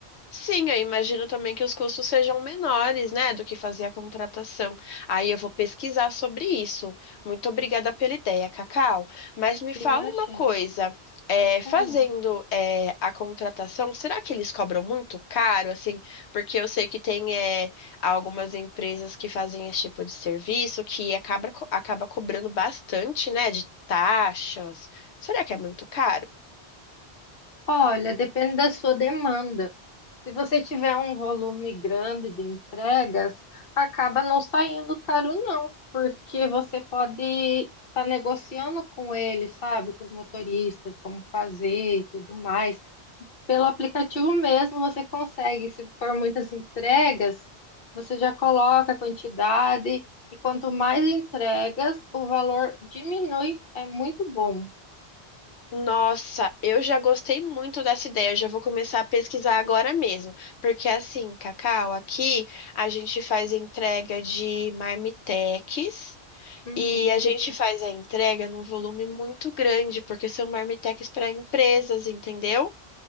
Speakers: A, on the left; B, on the left.
A: Sim, eu imagino também que os custos sejam menores, né, do que fazer a contratação. Aí eu vou pesquisar sobre isso. Muito obrigada pela ideia, Cacau. Mas me fala
B: Imagina.
A: uma coisa, é, fazendo
B: Hum.
A: é, a contratação, será que eles cobram muito caro, assim? Porque eu sei que tem é, algumas empresas que fazem esse tipo de serviço que acaba, co- acaba cobrando bastante, né, de taxas. Será que é muito caro?
B: Olha, depende da sua demanda. Se você tiver um volume grande de entregas, acaba não saindo caro, não, porque você pode estar negociando com eles, sabe, com os motoristas, como fazer e tudo mais. Pelo aplicativo mesmo você consegue. Se for muitas entregas, você já coloca a quantidade e quanto mais entregas, o valor diminui. É muito bom.
A: Nossa, eu já gostei muito dessa ideia. Eu já vou começar a pesquisar agora mesmo. Porque assim, Cacau, aqui a gente faz entrega de marmitex
B: Uhum,
A: e a gente faz a entrega num volume muito grande, porque são marmitex para empresas, entendeu?